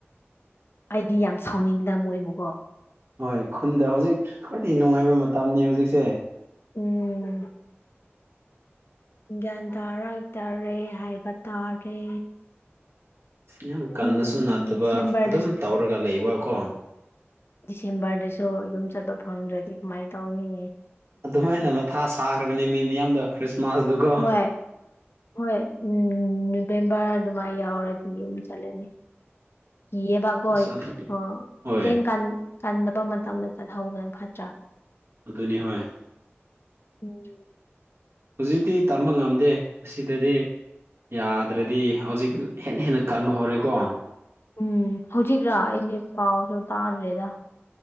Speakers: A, on the left; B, on the right.
A: ꯑꯩꯗꯤ ꯌꯥꯝ ꯁꯥꯎꯅꯤꯡꯗ ꯃꯣꯏꯕꯨꯀꯣ
B: ꯍꯣꯏ ꯈꯨꯟꯗ ꯍꯧꯖꯤꯛ ꯈ꯭ꯋꯥꯏꯗꯒꯤ ꯅꯨꯡꯉꯥꯏꯕ ꯃꯇꯝꯅꯦ ꯍꯧꯖꯤꯛꯁꯦ
A: ꯎꯝ ꯒ꯭ꯌꯥꯟ ꯇꯥꯔꯛꯇꯔꯦ ꯍꯥꯏꯕ ꯇꯥꯔꯦ
B: ꯌꯥꯝ ꯀꯟꯕꯁꯨ
A: ꯎꯝ
B: ꯅꯠꯇꯕ
A: ꯗꯤꯁꯦꯝꯕꯔꯗ
B: ꯑꯗꯨꯝ ꯇꯧꯔꯒ ꯂꯩꯕꯀꯣ
A: ꯗꯤꯁꯦꯝꯕꯔꯗꯁꯨ ꯌꯨꯝ ꯆꯠꯄ ꯐꯪꯗ꯭ꯔꯗꯤ ꯀꯃꯥꯏꯅ ꯇꯧꯅꯤ
B: ꯑꯗꯨꯃꯥꯏꯅ ꯃꯊꯥ ꯁꯥꯈ꯭ꯔꯕꯅꯤ ꯃꯤ ꯃꯤꯌꯥꯝꯗꯣ ꯈ꯭ꯔꯤꯁꯃꯥꯁꯇꯣꯀꯣ
A: ꯍꯣꯏ ꯍꯣꯏ ꯎꯝ ꯅꯕꯦꯝꯕꯔ ꯑꯗꯨꯃꯥꯏ ꯌꯥꯎꯔꯗꯤ ꯌꯨꯝ ꯆꯠꯂꯅꯤ ꯏꯕꯒꯣꯏ
B: ꯑꯁ ꯑꯗꯨ
A: ꯑ
B: ꯍꯣꯏ
A: ꯏꯔꯡ ꯀꯥꯟ ꯀꯟꯗꯕ ꯃꯇꯝꯗ ꯆꯠꯍꯧꯕꯅ ꯐꯠꯇ꯭ꯔꯥ
B: ꯑꯗꯨꯅꯤ ꯍꯣꯏ
A: ꯎꯝ
B: ꯍꯧꯖꯤꯛꯇꯤ ꯇꯝꯕ ꯉꯝꯗꯦ ꯑꯁꯤꯗꯗꯤ ꯌꯥꯗ꯭ꯔꯗꯤ ꯍꯧꯖꯤꯛ ꯍꯦꯟꯅ ꯍꯦꯟꯅ ꯀꯟꯕ ꯍꯧꯔꯦꯀꯣ
A: ꯎꯝ ꯍꯧꯖꯤꯛꯔꯥ ꯑꯩꯗꯤ ꯄꯥꯎꯁꯨ ꯇꯥꯗ꯭ꯔꯦꯗ